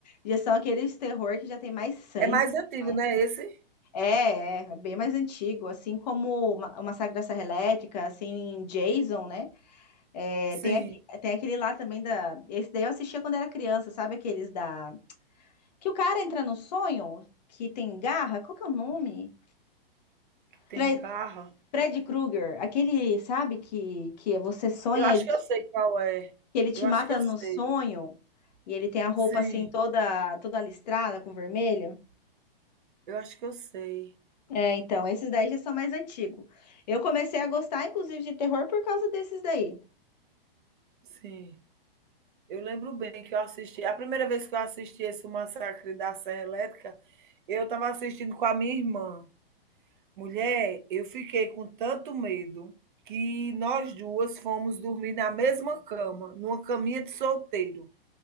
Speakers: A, on the left; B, on the right.
A: já são aqueles terror que já tem mais sangue.
B: É mais antigo,
A: né?
B: né, esse?
A: É, é, é bem mais antigo, assim como o Ma- o Massacre da Serra Elétrica, assim, Jason, né? É,
B: Sim,
A: tem, aqui- tem aquele lá também da. Esse daí eu assistia quando era criança, sabe? Aqueles da. Que o cara entra no sonho, que tem garra, qual que é o nome?
B: que tem
A: Fre-
B: carro.
A: Fred Krueger, aquele, sabe, que, que você sonha,
B: Eu acho
A: ele,
B: que
A: te-
B: eu sei qual é.
A: que ele te
B: Eu
A: mata
B: acho que eu
A: no
B: sei.
A: sonho, e ele tem a roupa
B: Sim,
A: assim toda, toda listrada com vermelho.
B: eu acho que eu sei.
A: É, então, esses daí já são mais antigos. Eu comecei a gostar, inclusive, de terror por causa desses daí.
B: Sim. Eu lembro bem que eu assisti. A primeira vez que eu assisti esse Massacre da Serra Elétrica, eu estava assistindo com a minha irmã. Mulher, eu fiquei com tanto medo que nós duas fomos dormir na mesma cama, numa caminha de solteiro.